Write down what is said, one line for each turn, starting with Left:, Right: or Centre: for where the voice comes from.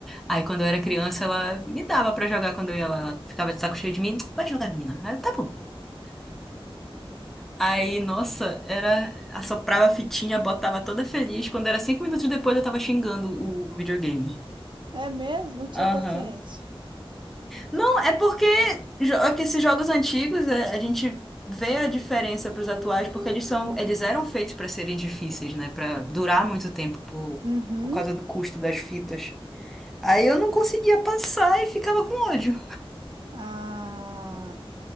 Centre: Aí quando eu era criança, ela me dava pra jogar quando eu ia lá, ela ficava de saco cheio de mim, vai jogar, menina. Aí, eu, tá bom. Aí, nossa, era assoprava a fitinha, botava toda feliz, quando era cinco minutos depois eu tava xingando o videogame.
Right: <laughs> É mesmo? Não tinha
Centre: Aham.
Right: paciência.
Centre: Não, é porque jo- é que esses jogos antigos, é, a gente vê a diferença para os atuais, porque eles são, eles eram feitos para serem difíceis, né? Para durar muito tempo por,
Right: Uhum.
Centre: por causa do custo das fitas. Aí eu não conseguia passar e ficava com ódio.
Right: Ah,